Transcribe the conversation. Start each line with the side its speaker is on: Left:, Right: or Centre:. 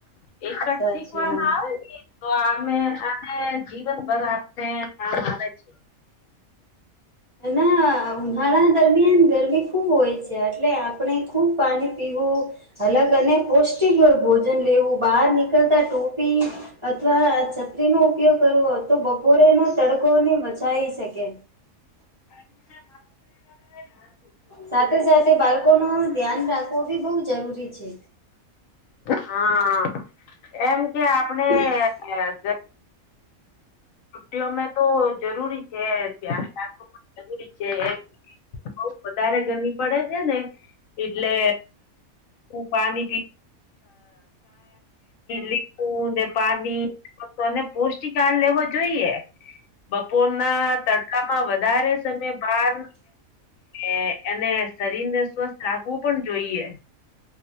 Left: એકડછ
Right: સાચી
Left: ક હ
Right: વાત
Left: તો આ આને જીવન ભર આપને ધ્યાન આવે છે
Right: ના ઉનાળા દરમિયાન ગરમી ખૂબ હોય છે એટલે આપણે ખૂબ પાણી પીવું અલગ અને પૌષ્ટિક ભોજન લેવું બહાર નીકળતા ટોપી અથવા છત્રી નો ઉપયોગ કરવો તો બપોરેના તડકોને બચાઈી શકે
Left: ું
Right: સાથે સાથે બાળકો ન ધ્યાન રાખવો બી બઉવ જરૂરી છે
Left: હા એમ કે આપડ
Right: હમ
Left: હ છુ્ટી અમે તો જરૂરી છે ધ્યાન રાખવું પણ જરૂરી છે બઉ વધારે ગરમી પડે છે ને એટલે પાણીી લીંબુને પા તોને પૌષ્ટિક આાર લેવો જોઈએ બપોર ના તડકામાં વધારે સમય ભાર એ એને શરીર ને સ્વસ્થ રાખવું પણ જોઈએ